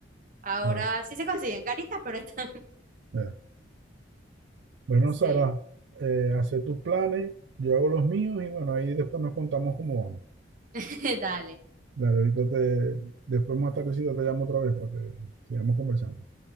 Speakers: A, on the right; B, on the right.
A: Ahora
B: ah,
A: sí se consiguen caritas, pero ahí están. <laughs>
B: ya. Bueno,
A: Sí,
B: Sara, eh, hace tus planes, yo hago los míos y bueno, ahí después nos contamos cómo vamos.
A: <laughs> dale,
B: Dale, ahorita te, después más tardecita te llamo otra vez para que sigamos conversando.